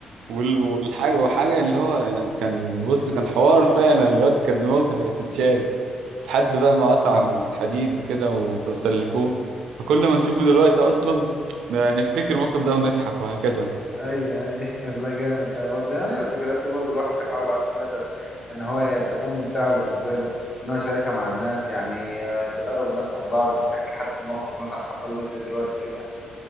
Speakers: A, on the right; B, on the left.
A: وال- والحاجه وحاجه اللي هو يعني كان بص كان حوار فعلا الواد كان دماغه كانت هتتشال لحد بقى ما قطع
B: اه
A: الحديد كده وتسلكوه فكل ما نشوفه دلوقتي اصلا ده نفتكر الموقف ده ونضحك وهكذا
B: اي اي <laughs> لا جامد ده برضه يعني الذكريات دي برضه الواحد بيحاول على قد ما يقدر ان هو تكون ممتعه بالنسبه له ان هو يشاركها مع الناس يعني آه، بتقرب الناس من بعض لما تحكي لحد موقف مثلا حصل لك زي دلوقتي كده